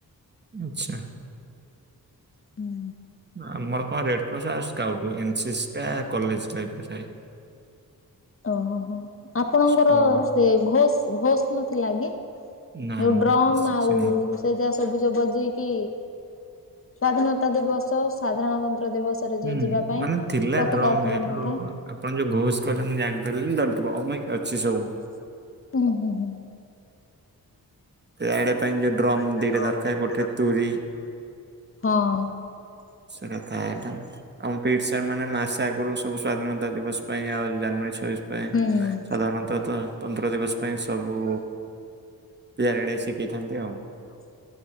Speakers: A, on the right (about 30°); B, on the left (about 35°).
A: ଆଛା।
B: ହୁଁ
A: ଆମର କଣ ରେଡ୍ କ୍ରସ୍ ଆଉ ସ୍କାଉଡ୍ ଏନସିସି ଟା କଲେଜ ଟାଇମ୍ ରେ ଥାଏ।
B: ଓହୋ ଆପଣଙ୍କର
A: ସ୍କୁଲ
B: ସେ ଘୋଷ ଘୋଷ ନଥିଲା କି?
A: ନା
B: ଯୋଉ
A: ନା
B: ଡ୍ରମ
A: କିଛି
B: ଆଉ
A: ସେମି
B: ତ ଯ ସବୁଜ ବଜେଇକି ସ୍ଵାଧୀନତା ଦିବସ ସାଧାରଣତନ୍ତ୍ର ଦିବସରେ। ଯୋଉ
A: ହୁଁ
B: ଯିବା ପାଇଁ
A: ମାନେ ଥିଲା
B: ପତାକା
A: ଡ୍ରମ୍
B: ଉତ୍ତୋଳନ
A: ଇଏ କିନ୍ତୁ
B: ପାଇଁ
A: ଆପଣ ଯୋଉ ଘୋଷ କହିଲେ ମୁଁ ଜାଣିପାରିଲିନି ତ ଡ୍ରମ୍ ଅଛି ସବୁ।
B: ଅଛି ସବୁ। ହୁଁ ହୁଁ ହୁଁ
A: ରାଇଡ ପାଇଁ
B: ପ୍ୟାରେଡ୍
A: ଯୋଉ ଡ୍ରମ୍
B: ପାଇଁ ଯଉ
A: ଦିଟା
B: ଡ୍ରମ୍
A: ଦରକାର
B: ଦିଇଟା
A: ଗୋଟେ
B: ଦରକାର
A: ତୁରୀ
B: ଗୋଟେ ତୁରି ହଁ।
A: ସେଟା ଥାଏ ନା ଆମ ପିଟ୍ ସାର୍ ମାନେ ମାସେ ଆଗରୁ ସବୁ ସ୍ଵାଧୀନତା ଦିବସ ପାଇଁ ଆଉ ଜାନୁଆାରୀ ଛବିଶ ପାଇଁ
B: ହୁଁ।
A: ସାଧାରଣତଃ ତ- ତନ୍ତ୍ର ଦିବସ ପାଇଁ ସବୁ ପ୍ୟାରେଡ୍ ଶିଖେଇଥାନ୍ତି ଆଉ।
B: <unintelligible>